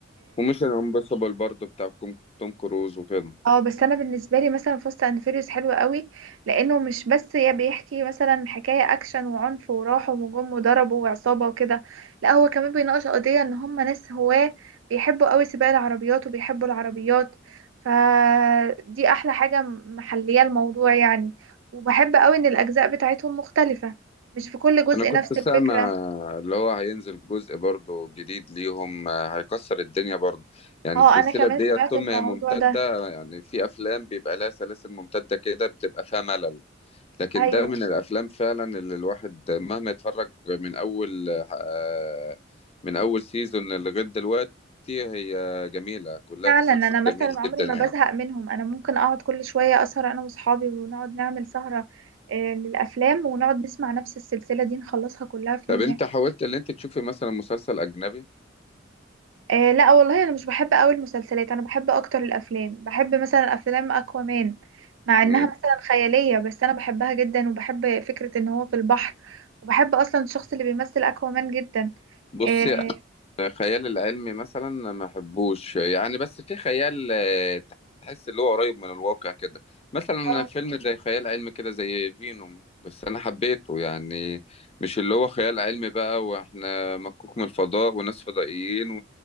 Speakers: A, on the left; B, on the right.
A: وميشن امبوسيبل برضو بتاع كوم- توم كروز وكده
B: اه بس انا بالنسبه لي مثلا فاست اند فيريوس حلو قوي لانه مش بس يا بيحكي مثلا حكايه اكشن وعنف وراحوا وجم وضربوا وعصابه وكده لا هو كمان بيناقش قضيه ان هم ناس هواه بيحبوا قوي سباق العربيات وبيحبوا العربيات فدي احلى حاجه محليه الموضوع يعني وبحب قوي ان الاجزاء بتاعتهم مختلفه مش في كل جزء
A: انا كنت
B: نفس
A: سامع
B: الفكره
A: اللي هو هينزل جزء برضو جديد ليهم آه، هيكسر الدنيا برضو يعني
B: اه
A: السلسلة
B: انا كمان
A: دي
B: سمعت
A: طول
B: الموضوع
A: ما هي ممتدة
B: ده
A: يعني في افلام بيبقى لها سلاسل ممتدة كده بتبقى فيها ملل لكن
B: ايوه
A: ده من الافلام فعلا اللي الواحد مهما يتفرج من اول آه، من اول سيزون لغاية دلوقتي هي جميلة كلها
B: فعلا
A: تسلسل
B: انا مثلا
A: جميل
B: عمري
A: جدا
B: ما
A: يعني
B: بزهق منهم انا ممكن اقعد كل شويه اسهر انا واصحابي ونقعد نعمل سهره آه، للافلام ونقعد نسمع نفس السلسله دي نخلصها كلها في
A: طب
B: يوم
A: انت
B: واحد
A: حاولت اللي انت تشوفي مثلا مسلسل اجنبي
B: آه، لا والله انا مش بحب قوي المسلسلات انا بحب اكتر الافلام بحب مثلا افلام اكوامان مع
A: مم.
B: انها مثلا خياليه بس انا بحبها جدا وبحب فكره ان هو في البحر وبحب اصلا الشخص اللي بيمثل اكوامان جدا
A: بصي
B: اه
A: أنا خيال العلمي مثلا ما بحبوش يعني بس في خيال آه، تحس اللي هو قريب من الواقع كده مثلا
B: آه،
A: فيلم زي خيال علمي كده زي فينوم بس انا حبيته يعني مش اللي هو خيال علمي بقى واحنا مكوك من الفضاء وناس فضائيين